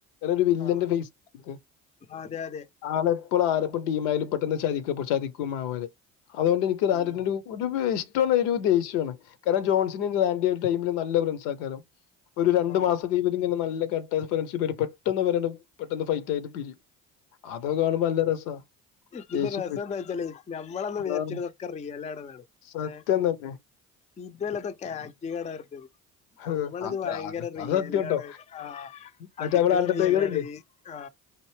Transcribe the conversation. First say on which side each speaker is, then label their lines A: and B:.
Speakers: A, on the left (about 75°); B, on the left (about 15°).
A: ട രു വില്ലന്റെ
B: ആഹ്
A: ഫേസ് ക്
B: അതെ അതെ
A: ആ ഇപ്പോൾ ആരപ്പം ടീംമാലും പെട്ടെന്ന് ചതിക്ക് ചതിക്കും അവര് അതുകൊണ്ട് എനിക്ക് <unintelligible>
B: ഉം
A: ഒരു <unintelligible> ഒരു ദേഷ്യണ് കാരണം ജോൺ <unintelligible> ടൈമില്നല്ല ഫ്രണ്ട്സ് ആക്കാലോ? ഒരു രണ്ട്മാസ
B: ആ
A: ഇവരിങ്ങനെ നല്ല ഘട്ട ഫ്രേഷിപ്പായിട് പെട്ടെന്നവരപെട്ടെന്ന് ഫൈറ്റ് ആയിട്ട് പിരിയും അതൊക്കെ കാണുമ്പോ നല്ല രസാ
B: പിന്നെ
A: ദേഷ്യം
B: രസം
A: വരും
B: എന്താ വെച്ചാല് ഞമ്മളന്ന്
A: അതാണ്
B: വിചാരിച്ചതൊക്കെ റിയലാണന്നാണ്
A: സത്യം
B: ഏ
A: തന്നെ
B: ഇതല ആക്ടിങ്ങാണറിഞ്ഞത് നമ്മളിത്
A: അത്
B: ഭയങ്കര
A: അത്
B: റിയലാണ്
A: അത് സത്യട്ടോ
B: ആ
A: മറ്റേ
B: അടിക്കണ
A: നമ്മളെ അണ്ടർടേക്കർ
B: റിയൽ ആണ്
A: ഇല്ലേ
B: ആ